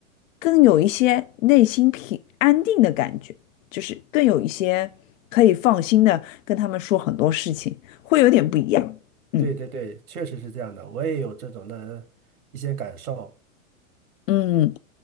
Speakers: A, on the left (about 65°); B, on the right (about 80°).
A: 更有一些内心平安定的感觉，就是更有一些可以放心的跟他们说很多事情，会有点不一样。嗯
B: 对对对，确实是这样的，我也有这种的一些感受。
A: 嗯，